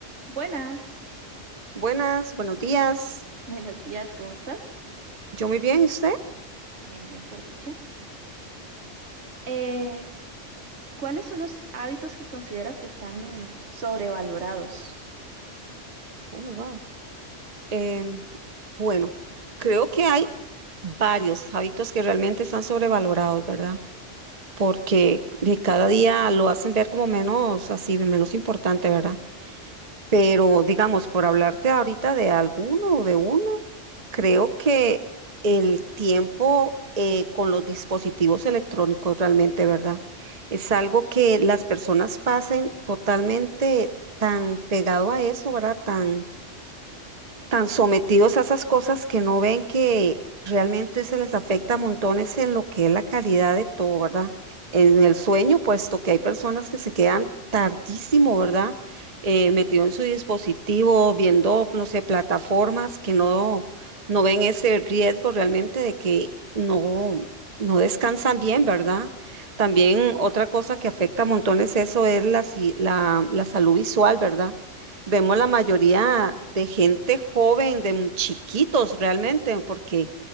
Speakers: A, on the right (about 65°); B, on the right (about 35°).
A: Buenas,
B: Buenas, buenos días.
A: <laughs> buenos días, ¿cómo estás?
B: Yo muy bien, ¿y usted?
A: Bien, bien por dicha. Eh, ¿cuáles son los hábitos que consideras que están sobrevalorados?
B: Oh, wow. Em, bueno, creo que hay varios hábitos que realmente están sobrevalorados, ¿verdad? Porque de cada día lo hacen ver como menos así, menos importante, ¿verdad? Pero digamos, por hablarte ahorita de alguno o de uno, creo que el tiempo eh, con los dispositivos electrónicos realmente, ¿verdad? Es algo que las personas pasen totalmente tan pegado a eso, ¿verdad? Tan tan sometidos a esas cosas que no ven que realmente se les afecta a montones en lo que es la calidad de todo, ¿verdad? En el sueño, puesto que hay personas que se quedan tardísimo, ¿verdad? Eh, metido en su dispositivo, viendo, no sé, plataformas que no, no ven ese riesgo realmente de que no, no descansan bien, ¿verdad? También otra cosa que afecta a montones eso es la, si- la, la salud visual, ¿verdad? Vemos la mayoría de gente joven, de mu- chiquitos realmente, porque